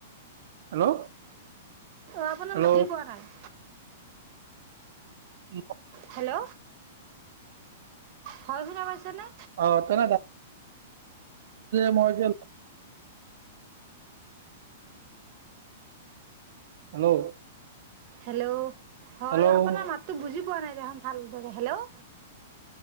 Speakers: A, on the right; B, on the right.
A: হেল্ল'।
B: অ' আপোনাৰ
A: হেল্ল'
B: <unintelligible> পোৱা নাই।
A: <unintelligible>
B: হেল্ল', হয় শুনা পাইছা নে?
A: অ' তেনে <inaudible> মই যে হেল্ল'।
B: হেল্ল', হয়
A: হেল্ল'
B: আপোনাৰ মাততো বুজি পোৱা নাই দেখোন ভালদৰে, হেল্ল'।